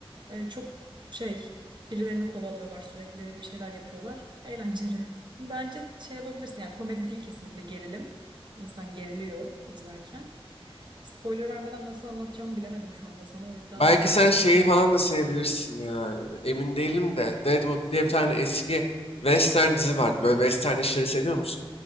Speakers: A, on the right (about 50°); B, on the left (about 75°).
A: e, çok şey birilerini kovalıyorlar sürekli bir şeyler yapıyorlar eğlenceli. <laughs> Bence şey yapabilirsin yani komedi değil kesinlikle gerilim. İnsan geriliyor izlerken. Spoiler vermeden nasıl anlatacağımı bilemedim şu anda sana o yüzden.
B: Belki sen şeyi falan da sevebilirsin ya. Emin değilim de Deadwood diye bir tane eski western dizi vardı. Böyle western işleri seviyor musun?